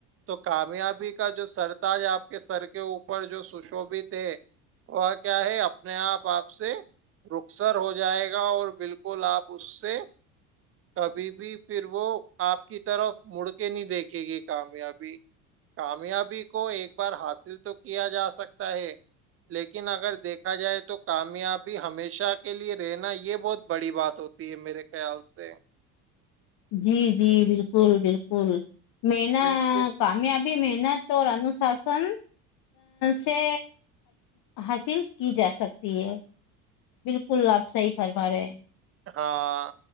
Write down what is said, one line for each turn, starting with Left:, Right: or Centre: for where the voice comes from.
Right: تو کامیابی کا جو سرتاج آپ کے سر کے اوپر جو سشوبت ہے وہ کیا ہے اپنے آپ آپ سے رخسر ہو جائے گا اور بالکل آپ اس سے کبھی بھی پھر وہ آپ کی طرف مڑ کے نہیں دیکھے گی کامیابی کامیابی کو ایک بار حاصل تو کیا جا سکتا ہے لیکن اگر دیکھا جائے تو کامیابی ہمیشہ کے لیے رہنا یہ بہت بڑی بات ہوتی ہے میرے خیال سے
Left: جی جی بالکل بالکل میں نا
Right: ویسے
Left: کامیاب بھی محنت اور انوشاسن سے حاصل کی جا سکتی ہے بالکل آپ صحی فرما رہے ہیں
Right: ہاں